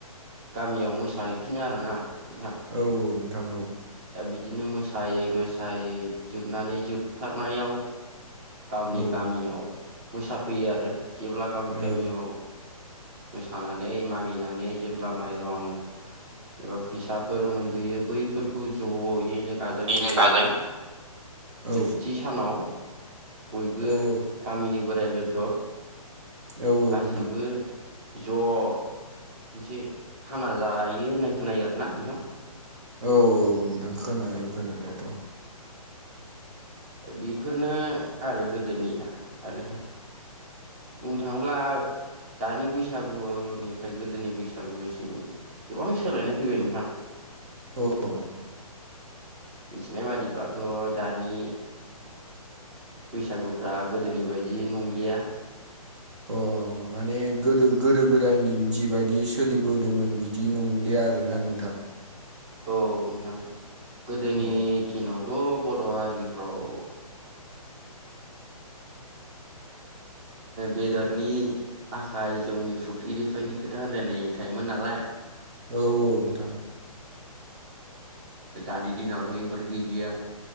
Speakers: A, on the right; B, on the right.
A: गामियाव मोसाहैफिनो आरोना नोंथां
B: औ औ नोंथां औ
A: दा बिदिनो मोसायै मोसायै जोबनानै जोबथारनायाव गावनि
B: औ
A: गामियाव मोसाफैयो आरो जेब्ला गावनि गामियाव
B: औ
A: मोसानानै मागिनानै जेब्ला माइरं एबा फैसाफोर मोनबोयो बैफोरखौ ज'यैनो गाजा
B: बेनो
A: गोमजायै
B: गाजा औ
A: जोबथि सानाव बयबो
B: औ औ
A: गामिनि बोराइ बेन्थ'
B: औ औ
A: गासैबो
B: नोंथां
A: ज' मोनसे खाना जायो होननाय खोनायो आरोना नोंथां
B: औ औ नोंथां खोनायो
A: औ
B: खोनानायाथ'
A: औ बेफोरनो आरो गोदोनिया आरो बुंनो थाङोब्ला दानि बैसागुनिफ्राय गोदोनि बैसागुसिम गोबां सोलायनाय फैबाय नोंथां
B: औ
A: मिथिनाय बादिब्लाथ' दानि बैसागुफ्रा गोदोनि बायदि नंलिया
B: अ माने गोदो गोदो गोदायनि जिबायदि सोलिबोदोंमोन बिदि नंलिया आरोना नोंथां
A: औ नोंथां गोदोनि
B: औ
A: दिनावथ' बर' हारिफ्राव बेदरनि आखाइ जौनि फुख्रि बेफोरनि खोथा होनलायनाय थायोमोन नालाय
B: औऔ नोंथां
A: दानि दिनावथ' बिफोर गैलिया